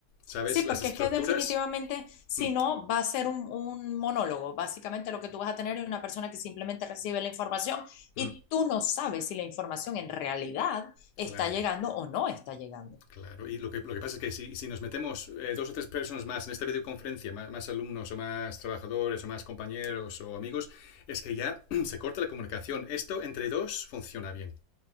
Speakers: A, on the left; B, on the left.
A: ¿sabes?
B: Sí, porque
A: Las estructuras.
B: es que definitivamente, si
A: Mm,
B: no, va a ser un, un monólogo. Básicamente lo que tú vas a tener es una persona que simplemente recibe la información y
A: mm,
B: tú no sabes si la información en realidad
A: claro.
B: está llegando o no está llegando.
A: Claro, y lo que, lo que pasa es que si, si nos metemos eh, dos o tres personas más en esta videoconferencia, más, más, alumnos o más trabajadores o más compañeros o amigos, es que ya <clears throat> se corta la comunicación. Esto entre dos funciona bien,